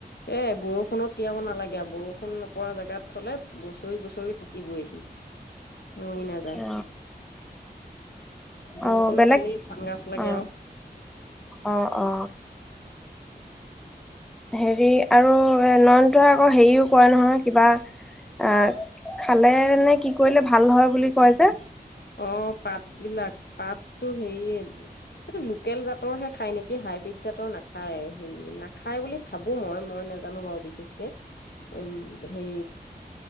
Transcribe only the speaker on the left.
এ, বৰষুণত তিয়াব নালাগে। এতিয়া বৰষুণ নপৰা জেগাত থলে বছৰি বছৰি থাকিবই সি মৰি নাযায়।
বৰষুণ
পালি পান গাজ লাগে
আৰু।
অ' পাত বিলাক পাত। টো হেৰি এইটো লোকেল জাতৰহে খায় নেকি হাইব্ৰীড জাতৰ নাখায় হেৰি নাখায় বুলি ভাবো মই মই নাজানো বাৰু বিশেষকে উম হে